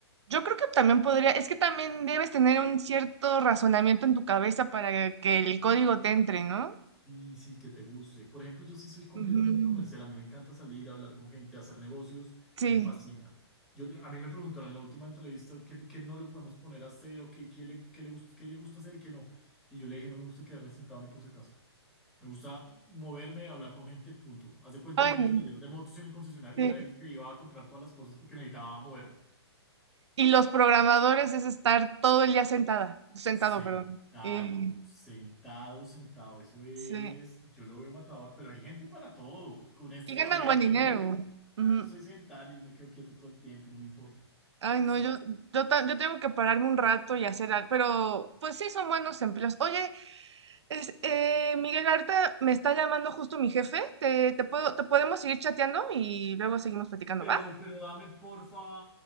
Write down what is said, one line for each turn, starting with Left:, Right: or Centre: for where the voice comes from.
Right: yo creo que también podría, es que también debes tener un cierto razonamiento en tu cabeza para que el código te entre, ¿no?
Centre: Sí, sí, que te guste. Por ejemplo, yo sí soy completamente
Right: Ujú.
Centre: comercial. A mí me encanta salir, hablar con gente, hacer negocios.
Right: Sí.
Centre: Me fascina. Yo, a mí me preguntaron en la última entrevista qué, qué no lo podemos poner a hacer o qué, qué le, qué le, gust- qué le gusta hacer y qué no. Y yo le dije, no me gusta quedarme sentado ni por si acaso. Me gusta moverme, hablar con gente, punto. Haz de cuenta,
Right: Ay,
Centre: yo en
Right: no.
Centre: el taller de motos y en el concesionario
Right: Sí.
Centre: era el que iba a comprar todas las cosas porque necesitaba moverme.
Right: Y los programadores es estar todo el día sentada, sentado,
Centre: Sentado,
Right: perdón. Y-
Centre: sentado, sentado. Eso es,
Right: sí.
Centre: yo lo veo matador, pero hay gente para todo. Con este
Right: Y
Centre: que
Right: ganan
Centre: hablé
Right: buen
Centre: me
Right: dinero.
Centre: dijo, "Ah,
Right: Ujú.
Centre: yo soy sedentario, yo me quedo quieto todo el tiempo, no me importa.
Right: Ay,
Centre: Así.
Right: no, yo, yo, ta- yo tengo que pararme un rato y hacer algo, pero pues sí son buenos empleos. Oye, es, eh, Miguel, ahorita me está llamando justo mi jefe. ¿Te, te puedo, te podemos seguir chateando y luego seguimos platicando,
Centre: Pero,
Right: ¿va?
Centre: pero dame porfa,